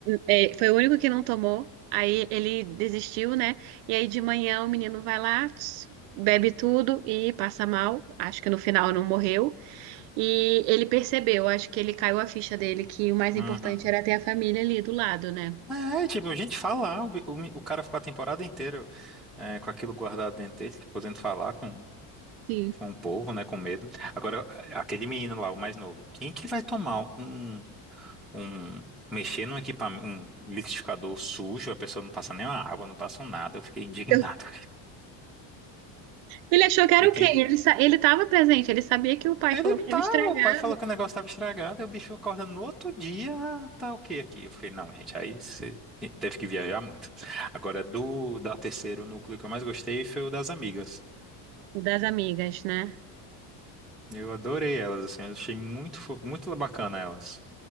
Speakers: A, on the right; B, in the centre.
A: é, foi o único que não tomou. Aí ele desistiu, né? E aí de manhã o menino vai lá, tss, bebe tudo e passa mal. Acho que no final não morreu. E ele percebeu, acho que ele caiu a ficha dele que o mais
B: Uhum.
A: importante era ter a família ali do lado, né?
B: É, tipo, a gente fala, ah, o, bi- o, mi- o cara ficou a temporada inteira é, com aquilo guardado dentro dele, podendo falar com,
A: Sim.
B: com o povo, né, com medo. Agora, a- aquele menino lá, o mais novo, quem que vai tomar um, um, mexer num equipamento, um liquidificador sujo, a pessoa não passa nem uma água, não passa um nada, eu fiquei indignado.
A: Eu- Ele achou que era o
B: <laughs> quem?
A: quê? Ele, sa- ele estava presente, ele sabia que o pai
B: Ele
A: falou que estava
B: tava,
A: estragado
B: o pai falou que o negócio tava estragado, aí o bicho acorda no outro dia, "Ah, tá ok aqui. Eu falei, não, gente, aí você teve que viajar muito. Agora, do da terceiro núcleo que eu mais gostei foi o das amigas.
A: o das amigas, né?
B: Eu adorei elas, assim, eu achei muito, fo- muito bacana elas.